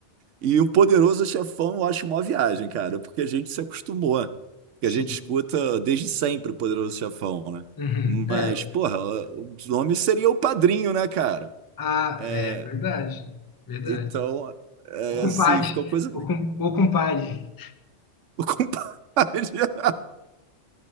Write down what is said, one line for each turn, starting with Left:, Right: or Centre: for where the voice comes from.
Right: E o Poderoso Chefão eu acho uma viagem, cara, porque a gente se acostumou, porque
Left: Sim.
Right: a gente escuta desde sempre o Poderoso Chefão, né?
Left: Uhum.
Right: Mas,
Left: É,
Right: porra, o o nome seria o Padrinho, né, cara?
Left: Ah,
Right: É,
Left: é verdade, verdade.
Right: então, é,
Left: O compadre,
Right: assim, ficou coisa.
Left: o, com- o compadre.
Right: O compadre <laughs>